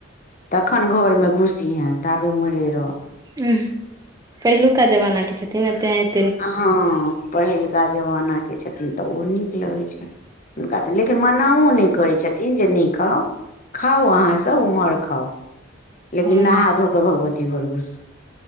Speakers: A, on the left; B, on the right.
A: तखन घर मे घुसी हें ताबे उमरे रो
B: उ पहिलुका जमाना के छै तनते आये
A: हँ पहिलुका जमानाके छथिन तऽ ओ नीक लगैत छनि हुनका तऽ लेकिन मनाओ नहि करै छथिन जे नहि खाउ खाउ अहाँ सब उम्हर खाउ लेकिन
B: हँ
A: नहा धो कऽ भगवती घरस